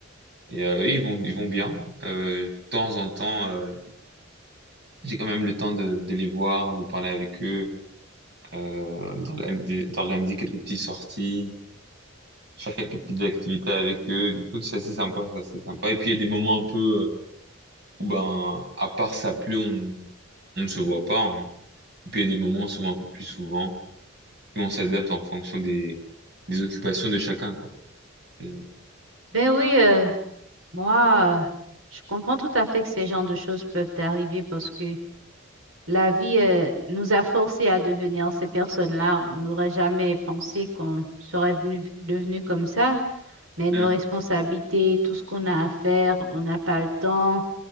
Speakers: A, on the right; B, on the right.
A: et, euh, eux, ils vont, ils vont bien. Euh, de temps en temps, euh, j'ai quand même le temps de, de les voir, de parler avec eux euh, d'organiser, d'organiser quelques petites sorties, faire quelques petites activités avec eux. Du coup, c'est assez sympa, c'est assez sympa. Et puis, il y a des moments un peu euh, où, ben, à part ça pleut, on, on ne se voit pas. hein. Et puis, il y a des moments, souvent un peu plus souvent, où on s'adapte en fonction des, des occupations de chacun, quoi. Euh,
B: Ben oui, euh, moi, euh, je comprends tout à fait que ces genres de choses peuvent arriver parce que la vie, euh, nous a forcés à devenir ces personnes-là. On n'aurait jamais pensé qu'on serait venu, devenu comme ça, mais nos
A: hum,
B: responsabilités, tout ce qu'on a à faire, on n'a pas le temps.